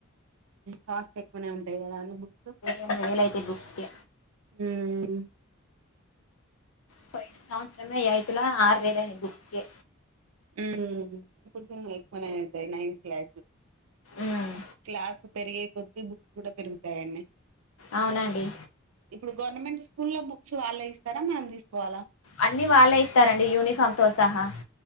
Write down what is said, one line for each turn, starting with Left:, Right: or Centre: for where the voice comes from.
Right: కాస్ట్ ఎక్కువనే ఉంటాయి కదా అండి బుక్స్
Left: వ వేలైతే బుక్స్ కే
Right: హ్మ్
Left: పో సంవత్సరమే ఏఐతుల ఆరు వేలయినయ్ బుక్స్ కే
Right: ఊమ్ ఇప్పుడు సు ఎక్కువనే అయితయ్ నైన్త్ క్లాస్
Left: ఉమ్
Right: క్లాస్ పెరిగే కొద్ద్దీ బుక్స్ కూడా పెరుగుతాయనన్నే
Left: అవునండి
Right: ఇప్పుడు గవర్నమెంట్ స్కూల్ల బు క్స్ వాళ్లే ఇస్తారా మనం తీసుకోవాలా
Left: అన్ని వాళ్ళే ఇస్తారండి యూనిఫామ్ తో సహా